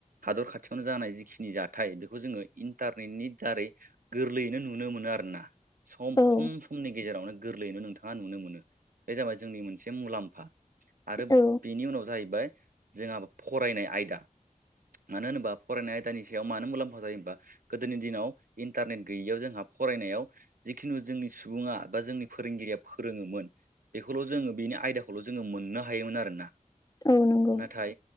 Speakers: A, on the right; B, on the left.
A: हादर खाथियावनो जानाय जिखिनि जाथाय बेखौ जोङो इन्टारनेटनि दारै गोरलैयैनो नुनो मोनो आरोना सम
B: औ
A: खम समनि। गेजेरावनो गोरलैयैनो नोंथाङा नुनो मोनो बे जाबाय जोंनि मोनसे मुलाम्फा। आरो
B: औ
A: बेनि उनाव जाहैबाय जोंहा फरायनाय आयदा। मानो होनोबा फरायनाय आयदानि सायाव मानो मुलाम्फा जायोबा गोदोनि दिनाव इन्टारनेट गैयैयाव जोंहा फरायनायाव जिखिुनु जोंनि सुबुङा बा जोंनि फोरोंगिरिया फोरोङोमोन बेखौल' जोङो बेनि आयदाखौल' जोङो मोननो हायोमोन आरोना
B: औ नंगौ
A: नाथाय